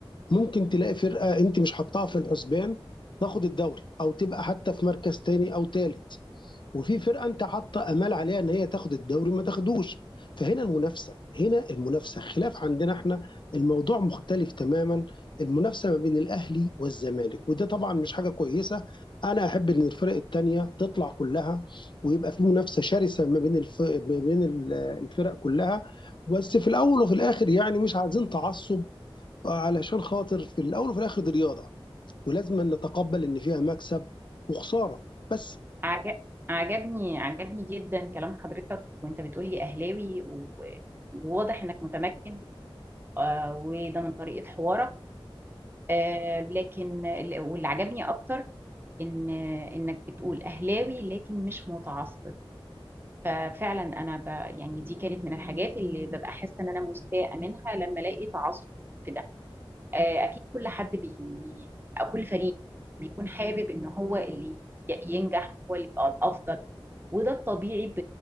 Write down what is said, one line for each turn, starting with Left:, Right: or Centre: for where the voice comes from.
Left: ممكن تلاقي فرقه انت مش حاطاها في الحسبان تاخد الدوري او تبقى حتى في مركز تاني او تالت وفي فرقه انت حاطه امال عليها ان هي تاخد الدوري ما تاخدوش فهنا المنافسه هنا المنافسه خلاف عندنا احنا الموضوع مختلف تماما المنافسه ما بين الاهلي والزمالك وده طبعا مش حاجه كويسه انا احب ان الفرق التانيه تطلع كلها ويبقى في منافسه شرسه ما بين الف... ما بين ال- الفرق كلها بس في الاول وفي الاخر يعني مش عايزين تعصب علشان خاطر في الاول وفي الاخر دي رياضه ولازم نتقبل ان فيها مكسب وخساره بس
Right: عجب عجبني عجبني جدا كلام حضرتك وانت بتقولي اهلاوي و- وواضح انك متمكن آه، وده من طريقة حوارك آه، لكن ال- واللي عجبني اكتر ان انك بتقول اهلاوي لكن مش متعصب ففعلا انا ب يعني دي كانت من الحاجات اللي ببقى حاسه ان انا مستاءه منها لما الاقي تعصب في ده آه، اكيد كل حد بي او كل فريق بيكون حابب ان هو اللي ي- ينجح هو اللي يبقى الافضل وده الطبيعي ب...